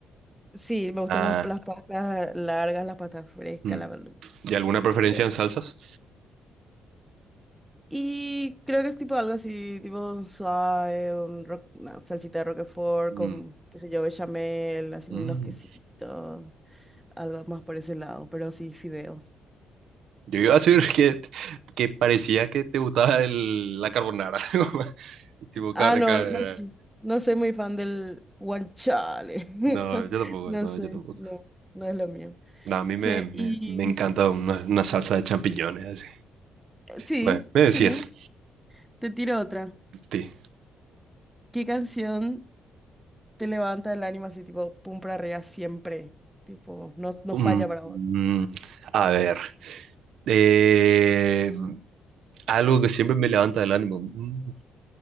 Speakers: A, in the centre; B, on the right.
A: Sí, me gustan
B: Ah,
A: las, las pastas largas, las pastas frescas,
B: mm.
A: la,
B: ¿Y alguna
A: fideo.
B: preferencia en salsas?
A: Y creo que es tipo algo así, tipo un suave, un ro- una salsita de Roquefort
B: Mm,
A: con, qué sé yo, bechamel, así
B: mm.
A: unos quesitos, algo más por ese lado, pero sí, fideos.
B: Yo iba a decir que, que parecía que te gustaba el, la carbonara. <laughs> Tipo,
A: Ah,
B: car-
A: no,
B: car-
A: no, s- no soy muy fan del guanciale. <laughs>
B: No, yo tampoco,
A: No
B: no,
A: sé,
B: yo tampoco.
A: no, no es lo mío.
B: No, a mí me,
A: Che,
B: me,
A: y
B: me encanta una, una salsa de champiñones, así.
A: eh, sí,
B: Bueno, me decías,
A: sí, te tiro otra.
B: sí.
A: ¿Qué canción te levanta el ánimo así, tipo, pum para arriba siempre? Tipo, no, no
B: Mm,
A: falla para
B: mm, a ver, eh, algo que siempre me levanta el ánimo. Mm,